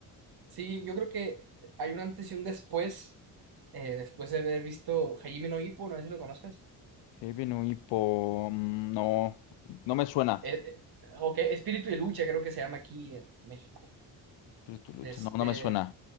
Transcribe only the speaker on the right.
Sí, yo creo que hay un antes y un después, eh, después de haber visto Hajime no Ippo, no sé si lo conoces.
Eh, eh, ok, Espíritu de Lucha creo que se llama aquí en en México.
Este...